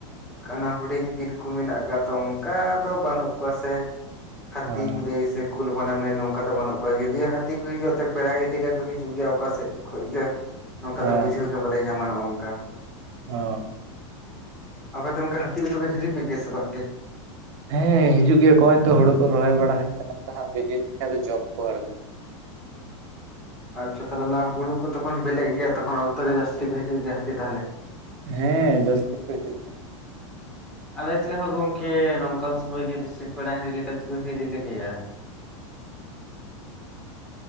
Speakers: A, in the centre; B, on the right (about 60°).
A: ᱠᱚᱢᱟ ᱦᱩᱰᱤᱧ ᱵᱤᱨ ᱠᱚ ᱢᱮᱱᱟᱜ ᱠᱟᱜᱼᱟ ᱛᱚ ᱚᱱᱠᱟ ᱫᱚ ᱵᱟᱹᱱᱩᱜ ᱠᱚᱣᱟ ᱥᱮ ᱦᱟᱹᱛᱤᱢ
B: ᱦᱮᱸ
A: ᱞᱟᱹᱭ ᱥᱮ ᱠᱩᱞ ᱵᱟᱱᱟᱢ ᱞᱟᱹᱭ ᱱᱚᱝᱠᱟ ᱫᱚ ᱵᱟᱹᱱᱩᱜ ᱠᱚᱣᱟ ᱡᱩᱫᱤ ᱳ ᱦᱟᱹᱛᱤ ᱠᱚ ᱦᱤᱡᱩᱜᱼᱟ ᱛᱚ ᱯᱮᱲᱟ ᱦᱤᱨᱤ ᱞᱮᱠᱟ ᱠᱚ ᱦᱤᱡᱩᱜᱼᱟ ᱦᱤᱡᱩᱜ ᱜᱮᱭᱟ ᱚᱠᱟᱥᱮᱫ ᱠᱷᱚᱡ ᱡᱮ ᱱᱚᱝᱠᱟ
B: ᱦᱮᱸ
A: ᱫᱚ ᱵᱩᱡᱷᱟᱹᱣ ᱜᱮ ᱵᱟᱞᱮ ᱧᱟᱢᱟ ᱱᱚᱜᱼ ᱱᱚᱝᱠᱟ
B: ᱳ
A: ᱟᱯᱮ ᱫᱚ ᱚᱱᱠᱟ ᱦᱟᱹᱛᱤ ᱠᱚ ᱫᱚ ᱠᱚ ᱦᱤᱨᱤ ᱯᱮ ᱜᱮᱭᱟ ᱥᱮ ᱵᱟᱝ ᱜᱮ
B: ᱦᱮᱸ ᱦᱤᱡᱩᱜ ᱜᱮᱭᱟ ᱠᱚ ᱦᱚᱜᱼᱚᱭ ᱛᱚ ᱦᱳᱲᱳ ᱠᱚ ᱨᱚᱦᱚᱭ ᱵᱟᱲᱟ ᱦᱩᱭᱩᱜ ᱠᱟᱱᱟ ᱦᱟᱸᱜ ᱵᱤᱞᱤ ᱞᱮᱱᱠᱷᱟᱱ ᱫᱚ ᱡᱚᱢ ᱠᱚ ᱟᱲᱜᱳᱱᱟ
A: ᱟᱪᱪᱷᱟ ᱛᱟᱦᱚᱞᱮ ᱚᱱᱟ ᱦᱩᱲᱩ ᱠᱚ ᱛᱚᱠᱷᱚᱱ ᱵᱮᱞᱮᱜ ᱜᱮᱭᱟ ᱛᱚᱠᱷᱚᱱ ᱚᱠᱛᱚ ᱜᱮ ᱡᱟᱹᱥᱛᱤ ᱠᱚ ᱦᱤᱡᱩᱜ ᱜᱮᱭᱟ ᱦᱟᱹᱛᱤ ᱛᱟᱦᱚᱞᱮ
B: ᱦᱮᱸ ᱡᱟᱹᱥᱛᱤ ᱠᱚ ᱦᱤᱡᱩᱜ ᱛᱟᱦᱮᱸᱱ
A: ᱟᱞᱮ ᱥᱮᱫ ᱦᱚᱸ ᱜᱚᱝᱠᱮ ᱱᱚᱝᱠᱟᱱ ᱥᱚᱢᱚᱭ ᱜᱮ ᱵᱮᱥᱤ ᱯᱮᱲᱟ ᱦᱤᱨᱤ ᱞᱮᱠᱟ ᱛᱮᱠᱚ ᱦᱤᱨᱤ ᱞᱮᱜᱮᱭᱟ